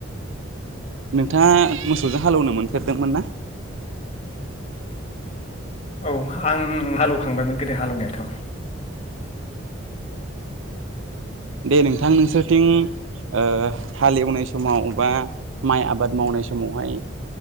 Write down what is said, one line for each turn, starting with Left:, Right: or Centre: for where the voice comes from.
Right: नोंथांङा मोसौजों हालौवनो मोनफेरदोंमोन ना।
Left: औ आं हालौवखांबायमोन गोदो हालौवनायाथ'।
Right: दे नोंथां नोंसोरथिं ओ हालेवनाय समाव बा माइ आबाद मावनाय समावहाय